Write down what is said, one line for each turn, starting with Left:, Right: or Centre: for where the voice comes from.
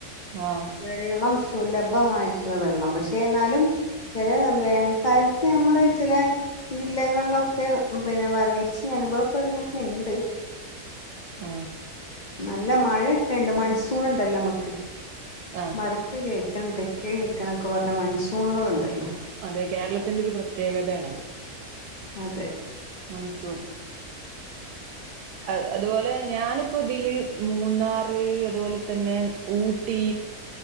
Right: ആ
Left: വെള്ളം സുലം ഭമായിട്ടുള്ള വെള്ളം പക്ഷേ എന്നാലും ചില വേനൽക്കാലത്ത് നമ്മള് ചില ജില്ലകളിലൊക്കെ പിന്നെ വരൾച്ച അനുഭവപ്പെടുന്നൊക്കെ ഉണ്ട്
Right: ആ
Left: നല്ല മഴ ഇക്കണ്ട് മൺസൂൺ ഉണ്ടല്ലോ നമക്ക്
Right: ആഹ്
Left: വടക്ക് കിഴക്കൻ തെ കിഴക്കനൊക്കെ പറഞ്ഞ മൺസൂണുകളുണ്ടല്ലോ
Right: അതെ കേരളത്തിന്റെ ഒരു പ്രത്യേകതയാണത്
Left: അതേ
Right: മൻസൂൺ അ അതുപോലെ ഞാനിപ്പോ ഇതില് മൂന്നാറ് അതുപോലെ തന്നെ ഊട്ടി